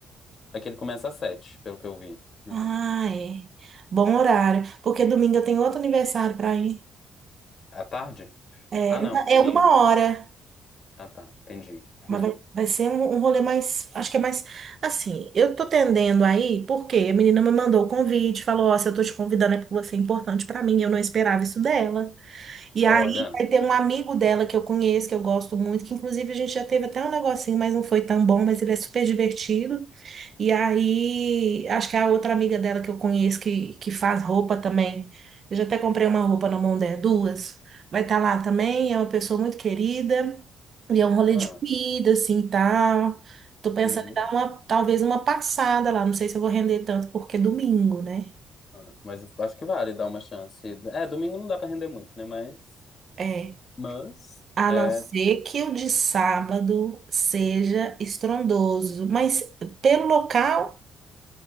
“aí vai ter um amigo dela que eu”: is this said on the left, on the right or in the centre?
Right